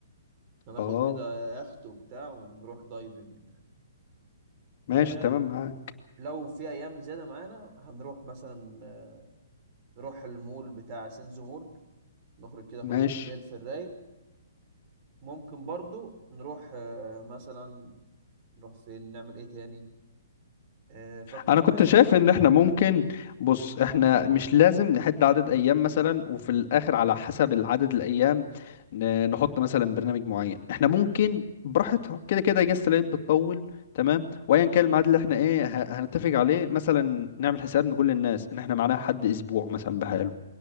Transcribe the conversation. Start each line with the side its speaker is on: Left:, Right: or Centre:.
Right: هناخد
Left: اه
Right: كده يخت وبتاع ونروح دايفنج
Left: ماشي
Right: آه
Left: تمام معاك
Right: لو في ايام زياده معانا هنروح مثلا آه نروح المول بتاع سينزو مول نخرج كده خروجه
Left: ماشي
Right: بالليل في الرايق ممكن برضو نروح آه مثلا نروح فين نعمل ايه تاني آه فكر
Left: انا كنت
Right: معايا
Left: شايف
Right: ممكن
Left: ان احنا ممكن بص احنا مش لازم نحد عدد ايام مثلا وفي الاخر على حسب العدد الايام ن- نحط مثلا برنامج معين احنا ممكن براحتها كده كده اجازة العيد بتطول تمام وايا كان الميعاد اللي احنا ايه ه- هنتفق عليه مثلا نعمل حساب نقول للناس ان احنا معانا حد اسبوع مثلا بحاله